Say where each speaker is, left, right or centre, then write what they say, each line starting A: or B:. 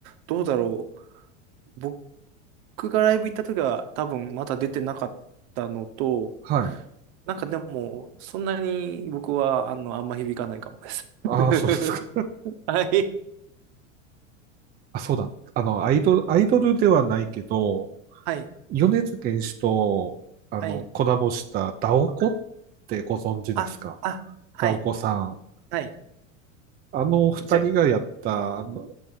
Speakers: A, on the right; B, on the right.
A: どうだろう。僕がライブ行った時は多分まだ出てなかったのと、
B: はい。
A: なんかでも、そんなに僕はあの、あんま響かないかもです。<laughs>
B: ああ、そうですか。
A: はい。
B: あ、そうだ。あの、アイドル、アイドルではないけど、
A: はい、
B: 米津玄師と、あの、
A: はい。
B: コラボしたダオコってご存知ですか
A: あ、あ、はい、
B: ダオコさん。
A: はい。
B: あの二人がやった、
A: 打ち上げ
B: あの、